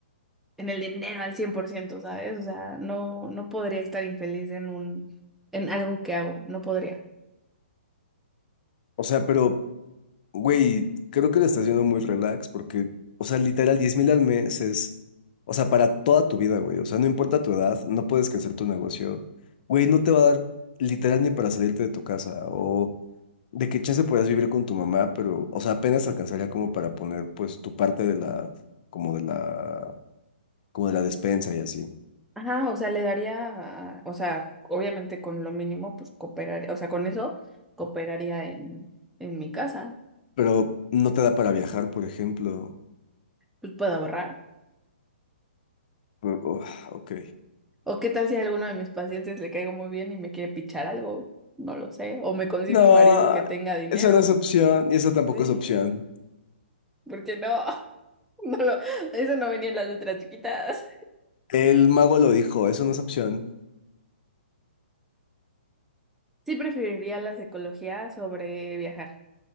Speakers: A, in the centre; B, on the left.
A: en el dinero al cien por ciento ¿sabes? O sea, no, no podría estar infeliz en un, en algo que hago, no podría.
B: O sea, pero Güey, creo que lo estás haciendo muy relax porque, o sea, literal, diez mil al mes es, o sea, para toda tu vida, güey. O sea, no importa tu edad, no puedes crecer tu negocio. Güey, no te va a dar literal ni para salirte de tu casa o de qué chance podrías vivir con tu mamá, pero, o sea, apenas alcanzaría como para poner, pues, tu parte de la, como de la, como de la despensa y así.
A: Ajá, o sea, le daría, o sea, obviamente con lo mínimo, pues cooperaría, o sea, con eso cooperaría en, en mi casa,
B: Pero no te da para viajar, por ejemplo.
A: pues puedo ahorrar.
B: Uf, ok.
A: O qué tal si a alguno de mis pacientes le caigo muy bien y me quiere pichar algo, no lo sé. O me consigo
B: No,
A: un marido que tenga dinero.
B: esa no es opción y esa tampoco
A: Sí,
B: es opción.
A: porque no, <laughs> no lo, eso no venía en las letras chiquitas.
B: El mago lo dijo, eso no es opción,
A: Sí preferiría la psicología sobre viajar.